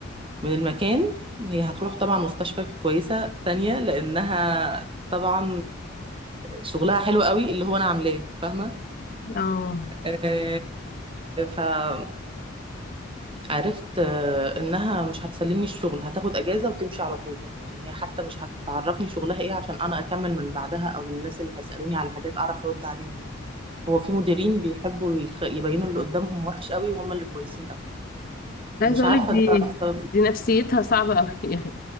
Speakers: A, on the right; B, on the left.
A: من المكان هي هتروح طبعا مستشفى كويسة تانية لأنها طبعا شغلها حلو قوي اللي هو أنا عاملاه فاهمة
B: اه
A: آه، آه، عرفت آه، انها مش هتسلمني الشغل هتاخد اجازه وتمشي على طول يعني هي حتى مش هتعرفني شغلها ايه عشان انا اكمل من بعدها او الناس اللي هيسالوني على حاجات اعرف ارد عليهم هو في مديرين بيحبوا يخ- يبينوا اللي قدامهم وحش قوي وهم اللي كويسين قوي
B: عايزه
A: مش
B: اقولك
A: عارفه
B: دي
A: ده
B: دي نفسيتها صعبة قوي <laughs> يعني